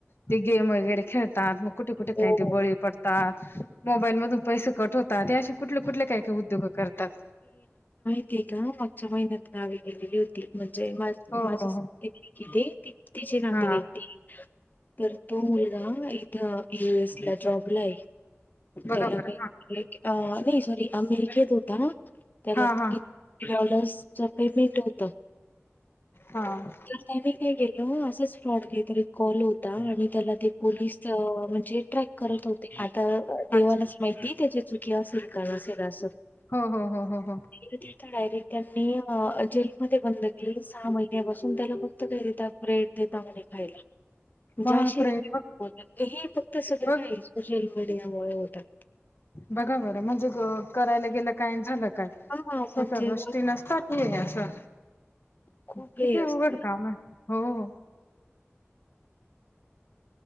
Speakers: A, on the left; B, on the left.
A: ते गेम वगैरे खेळतात. मग कुठे कुठे काही
B: हो.
A: ते बळी पडतात. मोबाईल मधून पैसे कट होतात. हे अशे कुठले कुठले काय काय उद्योग करतात?
B: ते तर हाव मागच्या महिन्यात नावे गेलेली होती. जय माझ
A: हो
B: माझ
A: हो हो
B: <unintelligible> किती? तिची नव्हती
A: हा
B: वेक्ती तर तो मुलगा इथं युएस ला जॉबला आहे.
A: बघा
B: त्या
A: बरं
B: <inaudible> अं <unintelligible> अमेरिकेत होता ना? त्याला
A: हा हा हा हा
B: किती डॉलर्स? सफेद मीट होत.
A: हा.
B: <unintelligible> काय गेल हो अस <unintelligible> फ्रॉड काय तरी एक कॉल होता आणि त्याला ते पोलीस अं म्हणजे ट्रॅक करत होते आता देवालाच
A: अच्छा
B: माहिती त्याचे <unintelligible>
A: हो हो हो हो हो
B: <unintelligible> डायरेक्ट त्यांनी अं अ जेलमध्येध्ये बंद केले सा बसून त्याला खुपत काय रे? त्या ब्रेड देता म्हणे खायला.
A: बापरे
B: ज्या शे <unintelligible>
A: बघ
B: फक्त सगळ
A: बघ
B: काय सोशल वर्क तर यामुळे होतात.
A: बघा बरं म्हणजे करायला गेलं काय आणि झालं काय.
B: हा म्हणजे
A: सोप्या गोष्टी नसतात नाही असं
B: खूप
A: किती
B: हे
A: अवघड
B: असतं.
A: काम आहे. हो.